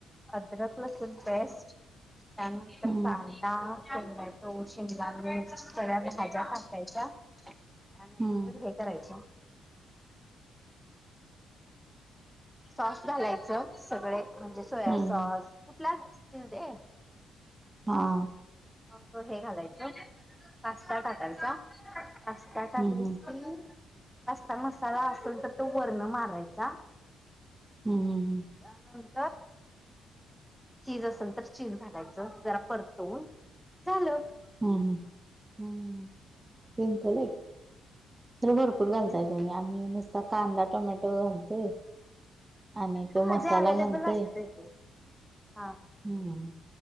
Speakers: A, in the centre; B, on the right (about 20°).
A: अदरक लसूून पेस्ट, त्यानंतर
B: हम्म
A: पाणी. <unintelligible> त्यात टोमॅटो शिमला मिर्च सगळ्या भाज्या टाकायच्या. त्यानंतर
B: हम्म
A: हे करायच. सॉस घालायचं. सगळे म्हणजे सोया
B: हम्म हम्म हम्म हम्म हम्म
A: सॉस,
B: हम्म
A: कुठल्या असतील ते.
B: हा!
A: मंग ते हे घालायचं पास्ता टाकायचा. त्या टाकलीस
B: हम्म हम्म
A: की पास्ता मसाला असेल तर तो वरण मारायचा.
B: हूं हूं हूं!
A: त्यानंतर. चीज असेल तर चीज घालायचं जरा परतवून झालं.
B: हम् ह हम् सिमपल आहे तर भरपूर
A: सिम्पल
B: घालताय
A: आहे
B: तुम्ही आम्ही नुसता कांदा टोमॅटो घालतोय आणि तो
A: हा
B: मसाला
A: जे अवेलेबल
B: घालतोय
A: असते ते हा
B: हम्म